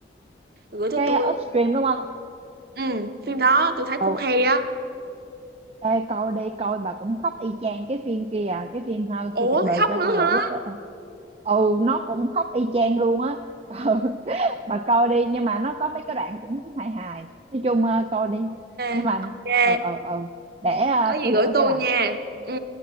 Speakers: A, on the right; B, on the right.
A: bà gửi cho
B: cái
A: tôi.
B: upstream đúng không
A: Ừ, phim đó tôi thấy cũng
B: ừ
A: hay á.
B: Ê, coi đi coi bà cũng khóc y chang cái phim kia à cái phim ha,
A: Ủa
B: khi cuộc đời
A: khóc
B: cho
A: nữa
B: tôi quả
A: hả?
B: quýt á ừ nó cũng khóc y chang luôn á ừ, <laughs> bà coi đi nhưng mà nó có mấy cái đoạn cũng hài hài nói chung ờ, coi đi nhưng
A: Ok.
B: mà
A: Ok.
B: ờ ờ ờ để ờ,
A: có gì
B: tôi
A: gửi
B: gửi
A: tôi
B: cho bà
A: nha ừ